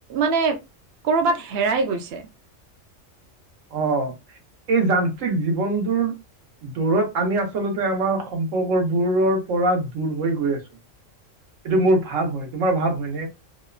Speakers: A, on the right; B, on the right.
A: মানে কৰবাত হেৰাই গৈছে <inaudible>
B: অ এই যান্ত্ৰিক জীৱনটোৰ দৌৰত আমি আচলতে আমাৰ সম্পৰ্কবোৰৰ পৰা দূৰ হৈ গৈ আছো এইটো মোৰ ভাৱ হয় তোমাৰ ভাৱ হয়নে